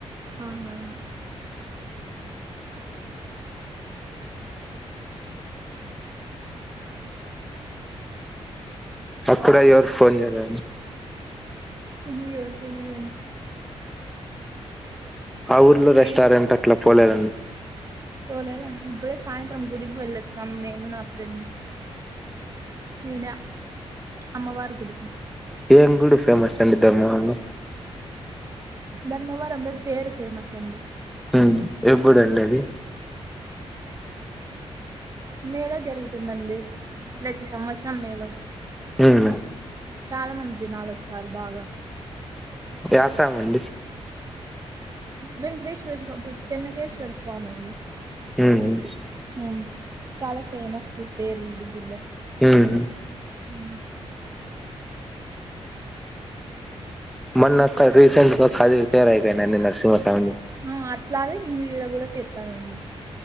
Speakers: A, on the right (about 30°); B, in the centre.
A: అవునా
B: అక్కడ ఎవర్ ఫోన్ చేదని
A: ఉ హు ఎవర్ చేంజ్ అయ్యారండి
B: ఆ ఊర్లో
A: నేను
B: రెస్టారెంట్ అట్లా పోలేదండి
A: పోలేదండి ఇప్పుడే సాయంత్రం గుడికి వెళ్ళ్ అమ్ నేను నా ఫ్రెండ్ ఏద అమ్మ వారు గుడికి
B: ఏంగుడి ఫేమస్ అండి ధర్మవరం లో?
A: ధర్మవరం లో తెరు ఫేమస్ అండి.
B: ఊమ్ ఎప్పుడండి అది?
A: మేల జరుగుతుందండి. ప్రతి సంవత్సరం మే లో
B: ఊమ్
A: చాలా మంది జనాల్ ఒస్తారు బాగా
B: యశమండి?
A: వెంక్టేశ్వర్ స్వా చెన్నగేశ్వర్ స్వామ్ అండి.
B: హ్మ్
A: ఉమ్. చాలా ఫేమస్ తేరు ఈడిజిల్లో
B: హ్మ్
A: ఊమ్
B: మన్నక్క రీసెంట్గా కదిరి తేరు అయిపోయిందండి నర్సింహ స్వామి
A: ఆ అట్లాగే నిన్న ఇడ కూడా చెప్పానండి